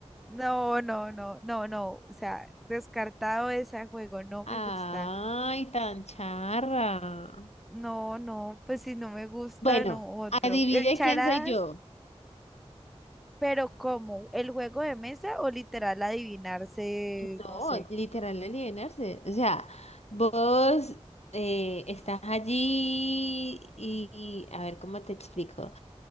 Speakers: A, in the centre; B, on the left.
A: No, no, no, no, no, o sea, descartado ese juego, no
B: ay,
A: me gusta.
B: tan charra.
A: No, no, pues si no me gusta,
B: Bueno,
A: no otro.
B: adivine
A: El charadas,
B: quién soy yo.
A: pero ¿cómo? ¿El juego de mesa o literal adivinarse,
B: No,
A: no sé?
B: literal alienarse. O sea, vos eh, estás allí y, y- a ver cómo te explico.